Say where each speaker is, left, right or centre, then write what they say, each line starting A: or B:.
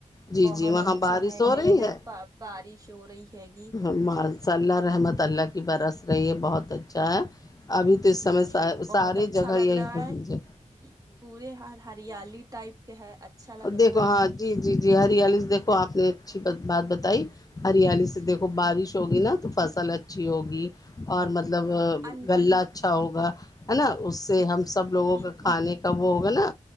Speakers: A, on the left; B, on the right.
A: جی
B: بہت
A: جی وہاں
B: اچھا
A: بارش
B: ہےگا
A: ہو رہی
B: ادھر
A: ہے
B: بارش ہو رہی ہےگی
A: ما صلی اللہ رحمت اللہ کی برس رہیے بہت اچھا ہے ابھی تو اس
B: جی
A: سمے
B: جی
A: س
B: بہت
A: ساری
B: اچھا
A: جگہ
B: لگ
A: یہی
B: رہا
A: ہے لیجیے
B: جی پورے ہر ہریالی ٹائپ کے ہے اچھا لگ
A: دیکھو
B: رہا
A: ہاں جی جی جی ہریالی سے دیکھو آپ نے اچھی بات بتائی ہریالی سے
B: جی
A: دیکھو بارش ہوگی نا تو فصل اچھی ہوگی
B: جی
A: اور مطلب
B: ہاں ان
A: لہ اچھا ہوگا ہے نا اس سے ہم سب لوگوں
B: جی
A: کا کھانے
B: معاش
A: کا وہ ہوگا نا